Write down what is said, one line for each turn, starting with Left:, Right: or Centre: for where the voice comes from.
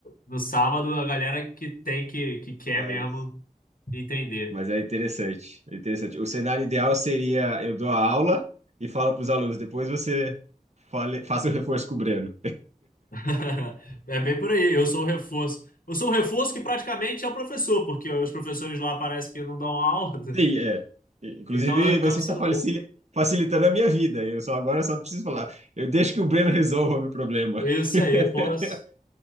Left: no sábado a galera que tem que, que quer
Right: Mas,
Left: mesmo entender.
Right: mas é interessante. É interessante. O cenário ideal seria eu dou a aula e falo para os alunos, depois você fale, faça o reforço com o Breno.
Left: <laughs> É bem por aí, eu sou o reforço. Eu sou o reforço que praticamente é o professor, porque os professores lá parece que não dão aula, né?
Right: Sim, é. Inclusive,
Left: então eu acabo
Right: você
Left: sendo.
Right: está facili-
Left: o-
Right: facilitando a minha vida. Eu só agora só preciso falar. Eu deixo que o Breno <laughs> resolva o meu problema.
Left: Isso
Right: <laughs>
Left: aí, posso.